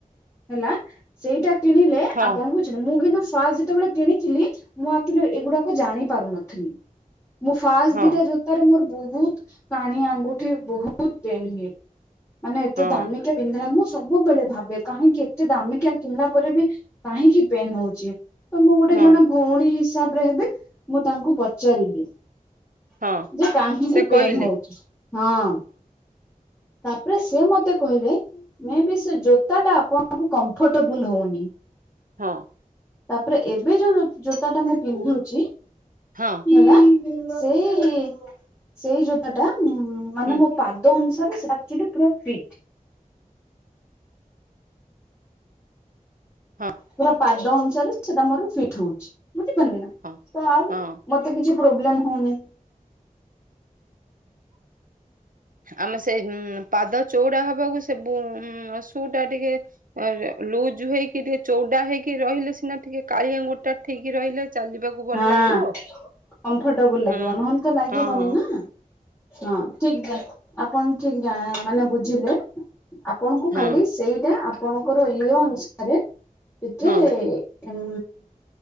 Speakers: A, on the left; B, on the right.
A: ହେଲା ସେଇଟା କିଣିଲେ
B: ହଁ
A: ଆପଣଙ୍କୁ ମୁଁ କିନ୍ତୁ ଫାଷ୍ଟ ଯେତେବେଳେ କିଣିଥିଲି ମୁଁ ଆକଚୁଆଲି ଏଗୁଡାକ ଜାଣି ପାରୁନଥିଲି। ମୁଁ ଫାଷ୍ଟ
B: ହଁ
A: ଦିଟା ଜୋତାରେ ମୋର ବହୁତ କାଣି ଆଙ୍ଗୁଠି ବହୁତ ପେନ ହୁଏ। ମାନେ ଏତେ
B: ହଁ।
A: ଦାମିକିଆ ପିନ୍ଧିବା ମୁଁ ସବୁବେଳେ ଭାବେ କାହିଁକି ଏତେ ଦାମିକିଆ କିଣିଲା ପରେ ବି କାହିଁକି ପେନ୍ ହଉଛି ତ ମୁଁ ଗୋଟେ
B: ହଁ
A: ଜଣେ ମୋ ଭଉଣୀ ହିସାବରେ ହେବେ ମୁଁ ତାଙ୍କୁ ପଚାରିଲି
B: ହଁ
A: ଯେ କାହିଁକି
B: ସେ
A: ପେନ୍
B: କହିଲେ
A: ହଉଛି? ହଁ। ତାପରେ ସେ ମତେ କହିଲେ ମେ ବି ସେ ଜୋତ୍ ତା ଟା ଆପଣଙ୍କୁ କମ୍ଫର୍ଟେବୁଲ ହଉନି।
B: ହଁ।
A: ତାପରେ ଏବେ ଯୋଉ ଜୋ ଜୋତା ଟା ମୁଁ ପିନ୍ଧୁଛି
B: ହଁ।
A: ହେଲା ସେଇ ସେଇ ଜୋତାଟା ଉଁ ମାନେ
B: ହୁଁ
A: ମୋ ପା ଦ ଅନୁସାରେ ସେଇଟା ଆକଚୁଆଲି ପୁରା ଫିଟ
B: ହଁ
A: ପୁରା ପାଦ ଅନୁସାରେ ସେଟା ମୋର ଫିଟ୍ ହଉଛି ବୁଝିପାରିଲେ ନା
B: ହଁ।
A: ତ ଆଉ
B: ହଁ
A: ମତ ତ କିଛି ପ୍ରୋବ୍ଲେମ ହଉନି
B: ଆମେ ସେ ଉଁ ପାଦ ଚଉଡା ହବାକୁ ସେବୁ ଉଁ ସୁଉଟା ଟିକେ <unintelligible> ଲୁଜ ହେଇକି ଟିକେ ଚଉଡା ହେଇକି ରହିଲେ ସିନା ଟିକେ କାଣୀ ଆଙ୍ଗୁଟି ଟା ଠିକ ରହିଲେ ଚାଲିବାକୁ ଭଲ
A: ହଁ
B: ଲାଗିବ।
A: କମ୍ଫର୍ଟେବୁଲ ଲାଗିବ
B: ହୁଁ
A: ନହଲେ ତ ଲାଗିବନି
B: ହଁ
A: ନା ହଁ ଠିକ ଦେ ଆପଣ ଠିକ ଜା ମାନେ ବୁଝିଲେ ଆପଣଙ୍କୁ
B: ହଁ
A: ଖାଲି ସେଇଟା ଆପ ଆପଣଙ୍କର ଇଏ ଅନୁସାରେ ଟିକେ
B: ହଁ
A: ଉଁ